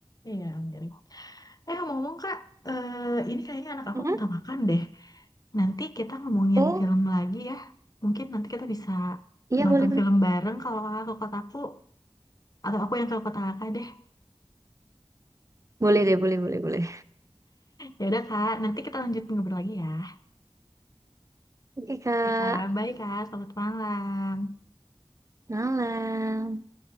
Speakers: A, on the left; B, on the right.
A: iya jadi Eh ngomong-ngomong Kak, eh, ini kayaknya anak aku
B: Mhm.
A: minta makan deh. Nanti kita ngomongin
B: Oh
A: film lagi ya. Mungkin nanti kita bisa
B: iya
A: nonton
B: boleh boleh.
A: film bareng kalau kakak ke kotaku atau aku yang ke kota kakak deh.
B: Boleh deh boleh boleh boleh.
A: Ya udah Kak, nanti kita lanjut ngobrol lagi ya.
B: Oke kak
A: Oke Kak, bye Kak, selamat malam.
B: malam.